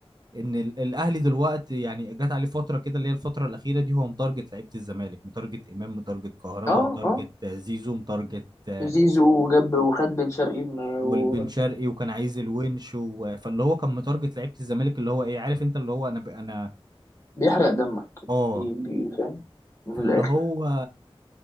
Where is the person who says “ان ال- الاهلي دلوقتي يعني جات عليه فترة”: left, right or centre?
Right